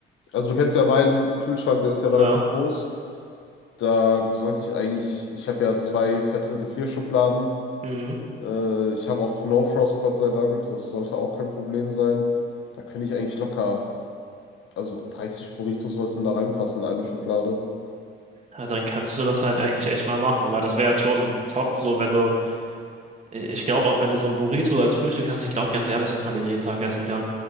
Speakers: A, on the left; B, on the right.
A: Also du kennst ja meinen Kühlschrank, der ist ja
B: Ja.
A: relativ groß. Da sollte ich eigentlich, ich habe ja zwei fette Gefrierschubladen.
B: Mhm.
A: Äh, ich habe auch No Frost, Gott sei Dank. Das sollte auch kein Problem sein. Da könnte ich eigentlich locker also 30 Burritos sollten da reinpassen in eine Schublade.
B: Ja, dann kannst du das halt eigentlich echt mal machen, weil das wäre halt schon top, so wenn du. Ich glaube auch, wenn du so ein Burrito als Frühstück hast, ich glaube ganz ehrlich, dass man den jeden Tag essen kann.